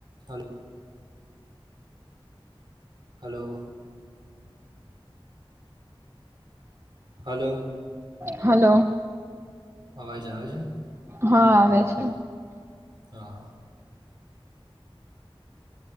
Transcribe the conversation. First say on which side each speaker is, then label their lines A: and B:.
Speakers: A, on the right; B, on the right.
A: Hello. Hello. Hello.
B: Hello.
A: અવાજ આવે છે?
B: હા આવે છે.
A: હા, હા.